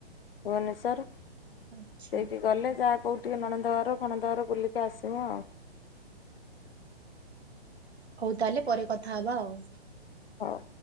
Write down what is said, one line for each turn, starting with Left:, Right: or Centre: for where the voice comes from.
Left: ଭୁବନେଶ୍ଵର। ସେଇଠି
Right: ଆଚ୍ଛା।
Left: ଗଲେ ଯାହା କୋଉ ଟିକେ ନଣନ୍ଦଘର ଫଣନ୍ଦଘର ବୁଲିକି ଆସିମୁଁ ଆଉ।
Right: ହଉ ତାହେଲେ ପରେ କଥା ହବା ଆଉ।
Left: ହଉ।